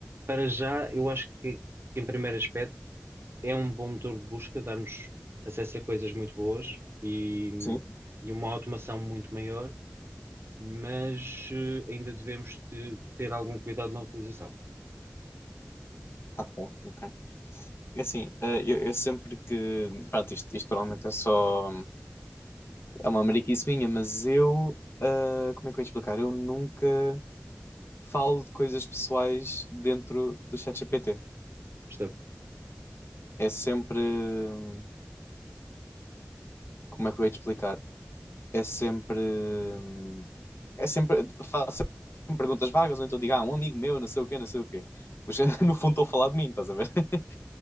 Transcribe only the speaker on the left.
sim.
Ah, tá, ok. É Assim, eh, eu, eu sempre que. Pronto, isto, isto provavelmente é só. É uma mariquice minha, mas eu, ah, como é que eu ia explicar? Eu nunca falo de coisas pessoais dentro do ChatGPT.
É sempre, hum, como é que eu ia te explicar? É sempre, hum, é sempre, faço sempre perguntas vagas, ou então digo, ah, um amigo meu, não sei o quê, não sei o quê. Mas <laughs> no fundo estou a falar de mim, estás a ver? <laughs>